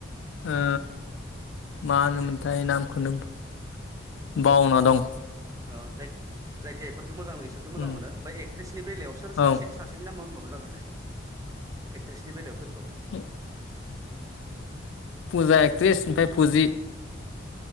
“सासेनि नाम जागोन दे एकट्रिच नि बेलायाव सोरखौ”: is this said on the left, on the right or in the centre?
Right